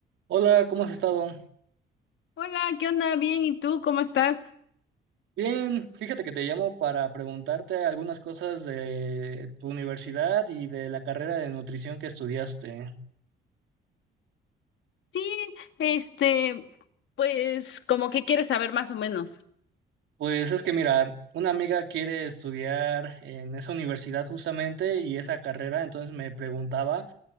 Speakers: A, on the right; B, on the left.
A: Hola, ¿cómo has estado?
B: Hola, ¿qué onda? Bien, ¿y tú cómo estás?
A: Bien, fíjate que te llamo para preguntarte algunas cosas de tu universidad y de la carrera de nutrición que estudiaste.
B: Sí, este, pues como que quieres saber más o menos.
A: Pues es que mira, una amiga quiere estudiar en esa universidad justamente y esa carrera, entonces me preguntaba.